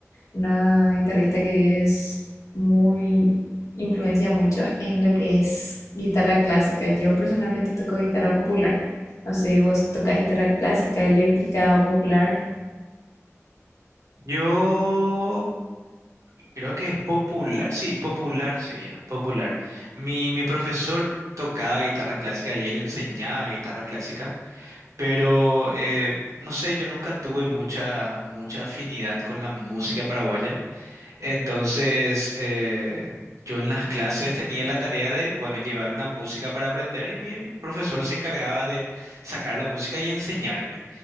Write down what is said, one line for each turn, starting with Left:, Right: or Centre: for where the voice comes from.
Left: una guitarrista que es muy, influencia mucho en lo que es guitarra clásica. Yo personalmente toco guitarra popular. No sé, vos tocas guitarra clásica, eléctrica o popular.
Right: Yo creo que es popular, sí, popular sería, popular. Mi, mi profesor tocaba guitarra clásica y él enseñaba guitarra clásica. Pero eh, no sé, yo nunca tuve mucha, mucha afinidad con la música paraguaya. Entonces, eh, yo en las clases tenía la tarea de, bueno, llevar una música para aprender y mi profesor se encargaba de sacar la música y enseñarme.